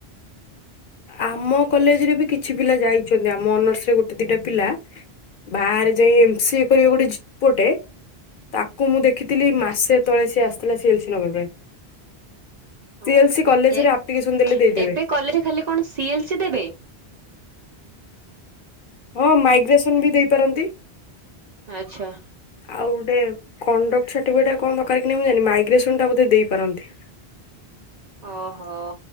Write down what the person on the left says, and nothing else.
ଆମ କଲେଜରେ ବି କିଛି ପିଲା ଯାଇଛନ୍ତି, ଆମ ଅନର୍ସ ରେ ଗୋଟେ ଦିଟା ପିଲା। ବାହାରେ ଯାଇ ଏମସିଏ କରିବେ ଗୋଟେ ପୁଅ ଟେ। ତାକୁ ମୁଁ ଦେଖିଥିଲି ମାସେ
ତଳେ ସିଏ ଆସିଥିଲା ସିଏଲସି ନେବା ପାଇଁ।
ସିଏଲସି
କଲେଜରେ
ଆପ୍ଲିକେସନ ଦେଲେ ଦେଇଦେବେ।
ହଁ ମାଇଗ୍ରେସନ ବି ଦେଇପାରନ୍ତି।
ଆଉ ଗୋଟେ କଣ୍ଡକ୍ଟ ସାର୍ଟିଫିକେଟ ଟା କଣ ଦରକାର କି ନାଇ ମୁଁ ଜାଣିନି, ମାଇଗ୍ରେସନ୍ ଟା ବୋଧେ ଦେଇପାରନ୍ତି।